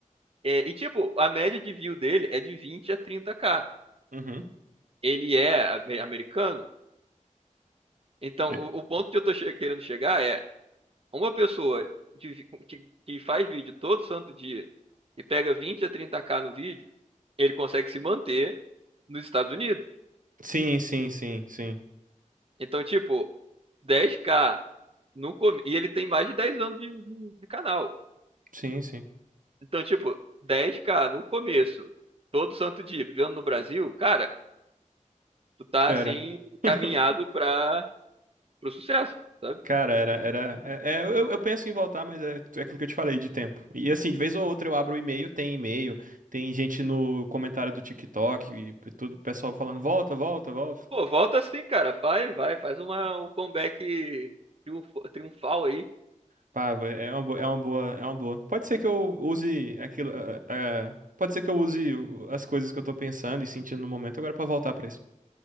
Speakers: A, on the right (about 45°); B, on the right (about 85°).
A: É, e, tipo, a média de view dele é de vinte a trinta k
B: uhum.
A: Ele é ame- americano. Então,
B: E-
A: o, o ponto que eu tô che- querendo chegar é uma pessoa de vi- que, que faz vídeo todo santo dia e pega 20 a trinta k no vídeo, ele consegue se manter nos Estados Unidos.
B: Sim, sim, sim, sim,
A: Então, tipo, dez k no começo. E ele tem mais de 10 anos de, de- de canal.
B: sim, sim,
A: Então, tipo, dez k no começo, todo santo dia, vivendo no Brasil, cara, tu tá
B: era.
A: assim,
B: <laughs>
A: caminhado pra pro sucesso, sabe?
B: Cara, era, era, é, é, eu, eu penso em voltar, mas é, é aquilo que eu te falei de tempo. E assim, de vez ou outra eu abro o e-mail, tem e-mail, tem gente no comentário do TikTok e tudo, pessoal falando volta, volta, volta.
A: Pô, volta assim, cara. Faz, vai, faz uma, um comeback triunfo- triunfal aí.
B: Pá, é uma boa, é uma boa, é uma boa. Pode ser que eu use aquilo, é, é, pode ser que eu use o- as coisas que eu tô pensando e sentindo no momento agora pra voltar pra isso.